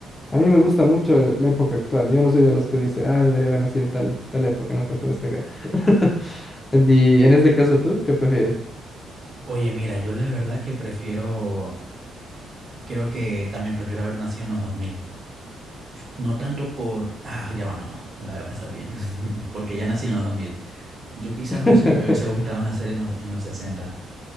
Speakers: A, on the left; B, on the right.
A: a mí me gusta mucho la época actual. Yo no soy de los que dice, ah, debería haber nacido en tal, tal época, no pertenezco acá. <laughs> Y en este caso, ¿tú qué prefieres?
B: Oye, mira, yo la verdad que prefiero, creo que también prefiero haber nacido en los 2000. No tanto por, ah, ya va, no, no, no la voy a pensar bien, <laughs> porque ya nací en los 2000. Yo quizás
A: <laughs>
B: hubiese- me hubiese gustado nacer en los, en los 60.